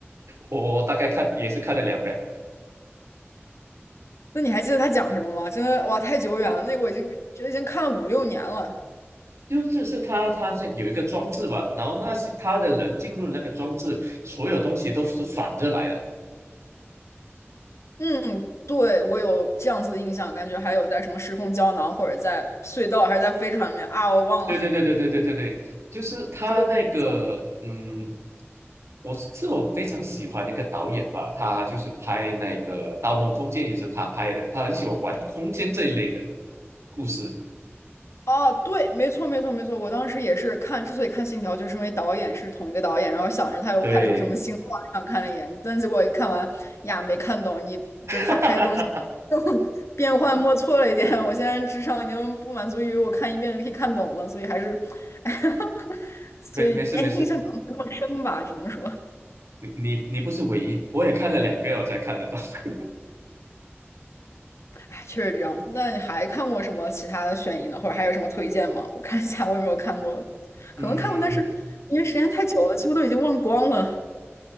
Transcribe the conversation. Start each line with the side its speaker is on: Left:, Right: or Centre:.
Right: 我我我大概看也是看了两遍，
Left: 那你还记得他讲什么吗？真的哇，太久远了，
Right: 他
Left: 那个我已经觉得已经看了五六年了。
Right: 就就是他他是有一个装置吧，然后那些他的人进入那个装置，所有东西都是反着来的。
Left: 嗯，对，我有这样子的印象，感觉还有在什么时空胶囊，或者在隧道，还是在飞船里面啊，我忘了
Right: 对对对对对对对对，就是他那个，
Left: <laughs> 这个没错
Right: 嗯，我是是我非常喜欢的一个导演吧，他就是拍那个《盗梦空间》也是他拍的，他很喜欢玩空间这一类的故事。
Left: 哦，对，没错，没错，没错。我当时也是看，之所以看《信条》，就是因为导演是同一个导演，然后想着他又拍出什么新花样，
Right: 对，
Left: 看了一眼，但结果一看完呀，没看懂，你就是他拍的东西
Right: <laughs>
Left: 变幻莫测了一点。我现在智商已经不满足于我看一遍就可以看懂了，所以还是，<laughs> 所以哎，
Right: 没没事没事，
Left: 印象可能没那么深吧，只能说，
Right: 你你你不是唯一，我也看了两遍我才看得到。<laughs>
Left: 哎，确实这样。那你还看过什么其他的悬疑呢？或者还有什么推荐吗？我看一下我有没有看过，可能看过，
Right: 嗯，
Left: 但是因为时间太久了，几乎都已经忘光了。